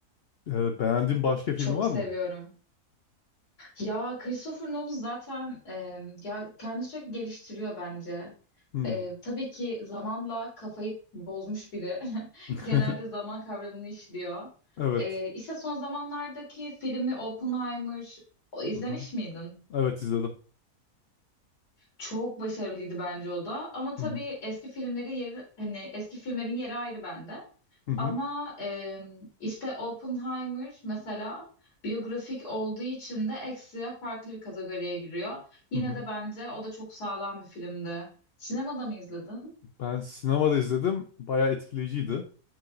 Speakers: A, on the left; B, on the left.
A: Ee, beğendiğin başka film
B: çok
A: var
B: seviyorum.
A: mı?
B: Ya Christopher Nolan zaten e, ya kendini sürekli geliştiriyor bence.
A: Hmm.
B: E, tabii ki zamanla kafayı bozmuş biri.
A: <laughs>
B: <laughs> Genelde zaman kavramını işliyor.
A: Evet.
B: E, işte son zamanlardaki filmi Oppenheimer o- izlemiş
A: Hı hı.
B: miydin?
A: Evet izledim.
B: Çok başarılıydı bence o da. Ama tabii
A: Hı hı.
B: eski filmleri yeri hani eski filmlerin yeri ayrı bende.
A: Hı hı.
B: Ama e, işte Oppenheimer mesela biyografik olduğu için de ekstra farklı bir kategoriye giriyor. Yine
A: Hı hı.
B: de bence o da çok sağlam bir filmdi. Sinemada mı izledin?
A: Ben sinemada izledim. Bayağı etkileyiciydi.